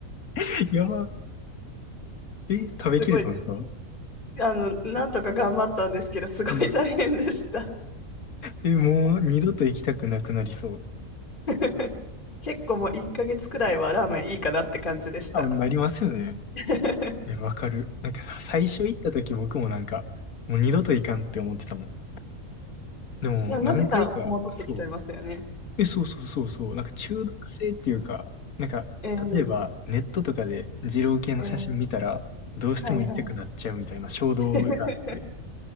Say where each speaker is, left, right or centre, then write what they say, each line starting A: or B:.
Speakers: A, on the left; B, on the left.
A: <laughs> やば。え、食べきれたんですか
B: すごい、あの、なんとか頑張ったんですけど、すごい大変でした。
A: うん。え、もう二度と行きたくなくなりそう。
B: <laughs> 結構もう1ヶ月くらいはラーメンいいかなって感じでした。
A: あ、なりますよね。
B: <laughs>
A: いや、わかる。なんかさ、最初行った時僕もなんか、もう二度と行かんって思ってたもん。でも、
B: でもなぜか戻ってきちゃいますよね。
A: 何回か、そう。え、そうそうそうそう。なんか中毒性っていうか、なんか、
B: え
A: 例えば、
B: え
A: ネットとかで二郎系の写真見たら、
B: ええ
A: どうしても行きたくなっちゃうみたいな衝動があって、
B: はいはい。<laughs>